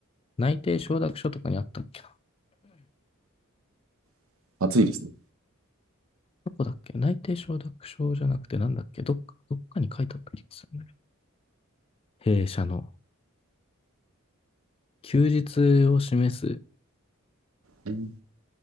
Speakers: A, on the left; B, on the right.
A: 内定承諾書とかにあったっけな
B: <clears throat> 暑いですね。
A: どこだっけ内定承諾書じゃなくてなんだっけどっか、どっかに書いてあった気がするんだけど。弊社の休日を示す
B: うん